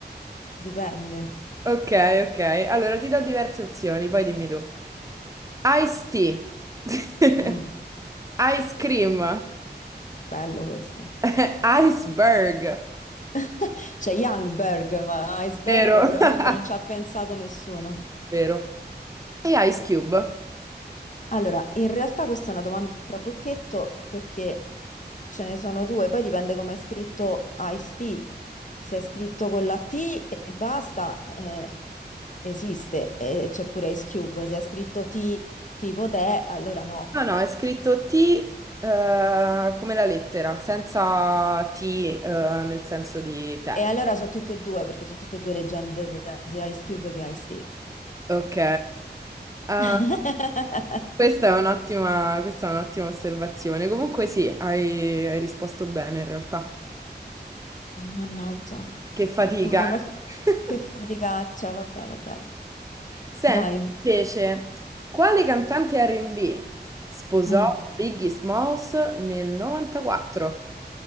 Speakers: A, on the left; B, on the right.
A: dipende.
B: Ok, ok. Allora ti do diverse opzioni, poi dimmi tu. Ice tea. <laughs>
A: Mm,
B: Ice cream.
A: bello questo.
B: <laughs> Iceberg.
A: <laughs> C'è Youngberg, ma Iceberg
B: Vero.
A: veramente
B: <laughs>
A: non ci ha pensato nessuno.
B: Vero. E Ice Cube?
A: Allora, in realtà questa è una domanda a trabocchetto perché ce ne sono due, poi dipende come è scritto Ice T. Se è scritto con la T e basta, eh, esiste, e c'è pure Ice Cube. Se è scritto T tipo te, allora no.
B: No, no, è scritto T eh, come la lettera, senza T eh, nel senso di te.
A: E allora sono tutte e due, perché sono tutte e due leggende del rap, sia Ice Cube che Ice-T.
B: Ok. Ah,
A: <laughs>
B: questa
A: Eh,
B: è un'ottima, questa è un'ottima osservazione. Comunque sì, hai, hai risposto bene in realtà.
A: Mannaggia,
B: Che fatica.
A: ma qual-
B: eh?
A: che faticaccia,
B: <laughs>
A: vabbè, vabbè.
B: Senti,
A: Dai,
B: invece, quale cantante R&B sposò
A: mm.
B: Biggie Smalls nel 94?